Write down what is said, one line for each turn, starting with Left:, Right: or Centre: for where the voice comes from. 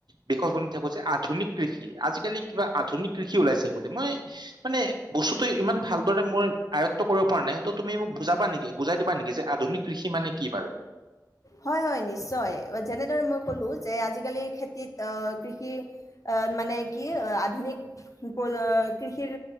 Right: বিষয় শুনি থাকোঁ যে। আধুনিক কৃষি আজিকালি কিবা আধুনিক কৃষি ওলাইছে বোলে। মই মানে বস্তুতটো ইমান ভাল <unintelligible> মই আয়ত্ব কৰিব পৰা নাই। ত তুমি মোক বুজাবা নেকি? বুজাই দিবা নেকি, যে আধুনিক কৃষি মানে কি বাৰু?
Left: হয় হয় নিশ্চয় যেনেদৰে মই ক'লো যে, আজিকালি খেতিত অ কৃষি--অ মানে কি, আধুনিক <unintelligible> কৃষিৰ